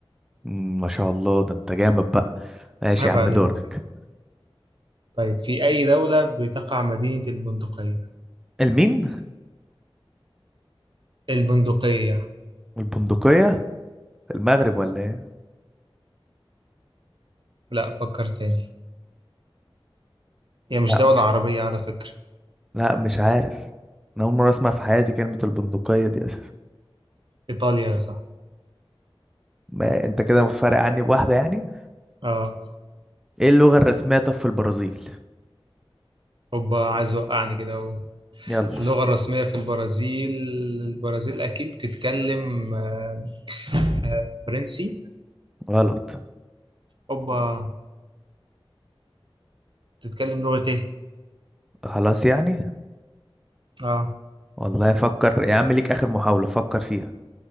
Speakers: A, in the centre; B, on the right.
A: مم، ما شاء الله ده انت جامد بقى ماشي
B: عيب
A: يا عم
B: عليك
A: دورك
B: طيب في أي دولة بتقع مدينة البندقية؟
A: المين
B: البندقية
A: البندقية المغرب ولا ايه
B: لا فكر تاني هي مش
A: لا
B: دولة
A: مش
B: عربية على فكرة
A: لا مش عارف انا اول مرة اسمع في حياتي كلمة البندقية دي اساسا
B: إيطاليا صح
A: ما انت كده فارق عني بواحدة يعني
B: اه
A: ايه اللغة الرسمية طب في البرازيل
B: هوبا عايز وقعني كده اهو
A: يلا
B: اللغة الرسمية في البرازيل البرازيل أكيد بتتكلم آه، فرنسي
A: غلط
B: هوبا بتتكلم لغة إيه؟
A: خلاص يعني
B: اه
A: والله فكر يا عم ليك اخر محاولة فكر فيها